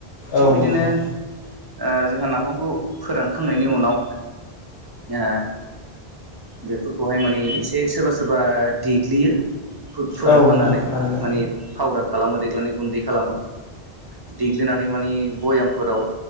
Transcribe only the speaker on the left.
औ
नोंथां
औ नोंथां थारैनो